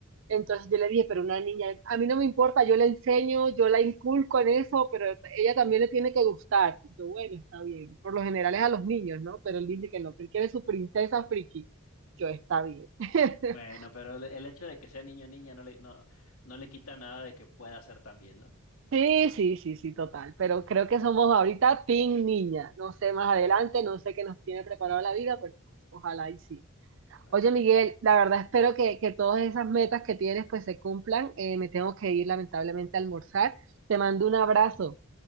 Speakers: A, on the right; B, on the left.
A: Entonces yo le dije, pero una niña, a mí no me importa, yo le enseño, yo la inculco en eso, pero ella también le tiene que gustar. Y yo, bueno, está bien. Por lo general es a los niños, ¿no? Pero él dice que no, que él quiere su princesa friki. Yo, está bien. <laughs>
B: Bueno, pero el, el hecho de que sea niño o niña no le, no, no le quita nada de que pueda ser también, ¿no?
A: Sí, sí, sí, sí, total. Pero creo que somos ahorita team niña. No sé más adelante, no sé qué nos tiene preparado la vida, pero pues, ojalá y sí.
B: Bueno,
A: Oye, Miguel, la verdad espero que, que todas esas metas que tienes pues se cumplan. Eh, me tengo que ir lamentablemente a almorzar. Te mando un abrazo.